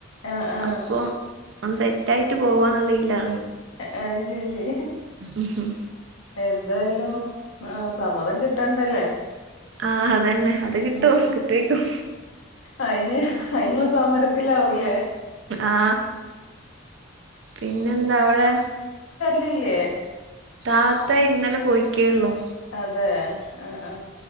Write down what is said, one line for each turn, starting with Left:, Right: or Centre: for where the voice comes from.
Left: ആ ആ
Right: അപ്പൊ സെറ്റായിട്ട് പോവാന്നറിയില്ല.
Left: അത് ശരി
Right: ഉം
Left: എന്തായാലും ആ സമ്മതം കിട്ടണ്ടല്ലേ.
Right: ആ അതന്നെ. അത് കിട്ടും
Left: ആ
Right: കിട്ടുവായിക്കും
Left: അയിന് അയിനുള്ള സമരത്തിലാവും അല്ലേ.
Right: ആ പിന്നെ എന്താ അവിടെ.
Left: ലില്ലേ.
Right: താത്ത ഇന്നലെ പോയിക്കേയൊള്ളൂ.
Left: അതെ ആ ആ